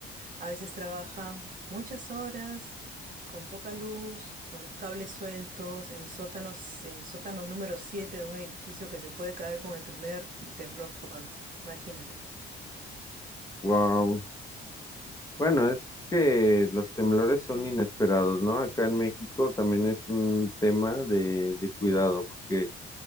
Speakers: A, on the right (about 40°); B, on the left (about 15°).
A: A veces trabajan muchas horas, con poca luz, con los cables sueltos, en sótanos, en sótano número 7 de un edificio que se puede caer con el primer temblor fuerte. Imagínate.
B: Wow. Bueno, es que los temblores son inesperados, ¿no? Acá en México también es un tema de, de cuidado, porque